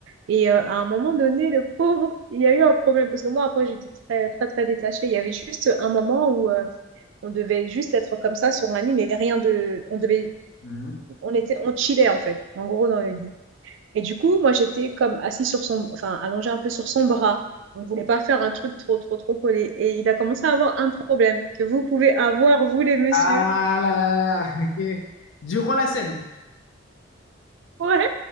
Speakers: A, on the right; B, on the left.
A: Et euh, à un moment donné, le pauvre, il y a eu un problème. Parce que moi, après, j'étais très, très, très détachée. Il y avait juste un moment où euh, on devait juste être comme ça sur un lit, mais rien de. On devait,
B: Mhm.
A: on était, on chillait, en fait, en gros, dans le lit. Et du coup, moi, j'étais comme assis sur son, enfin, allongée un peu sur son bras. On ne voulait pas faire un truc trop, trop, trop collé. Et il a commencé à avoir un problème que vous pouvez avoir, vous, les messieurs.
B: Ah là là là, ok. Durant la scène.
A: Ouais,